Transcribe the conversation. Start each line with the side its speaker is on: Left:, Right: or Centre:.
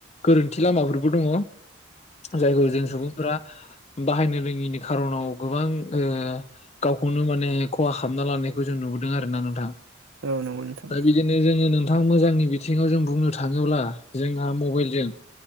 Left: गोरोन्थि लामाफोरबो दङ। जायखौ जों सुबुंफोरा बाहायनो रोङिनि खार'नाव गोबां ओ गावखौनो माने खहा खामना लानायखौ जों नुबोदों आरो ना नोंथां। दा
Right: औ नंगौ नोंथां
Left: बिदिनो जोङो दा मोजांनि बिथिङाव जों बुंनो थाङोब्ला जोंहा मबाइलजों